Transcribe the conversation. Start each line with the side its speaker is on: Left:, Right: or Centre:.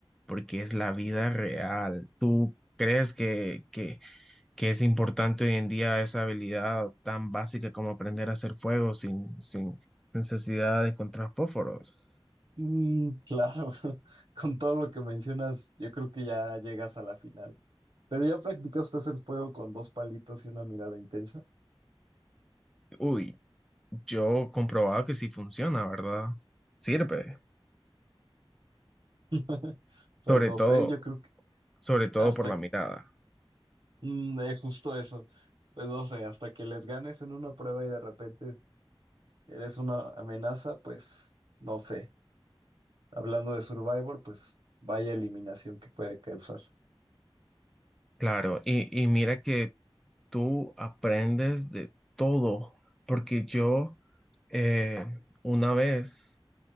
Centre: porque es la vida real. ¿Tú crees que, que, que es importante hoy en día esa habilidad tan básica como aprender a hacer fuego sin, sin necesidad de encontrar fósforos?
Right: Mm, claro, <laughs> con todo lo que mencionas, yo creo que ya llegas a la final. Pero ya practicaste hacer fuego con dos palitos y una mirada intensa.
Centre: Uy, yo comprobado que sí funciona, ¿verdad? Sirve,
Right: <laughs> Pues
Centre: sobre
Right: no
Centre: todo,
Right: sé, yo creo que
Centre: sobre todo
Right: hasta
Centre: por la mirada.
Right: que, mm, es justo eso. Pues no sé, hasta que les ganes en una prueba y de repente eres una amenaza, pues no sé. Hablando de Survivor, pues vaya eliminación que puede causar.
Centre: Claro, y, y mira que tú aprendes de todo, porque yo eh, una vez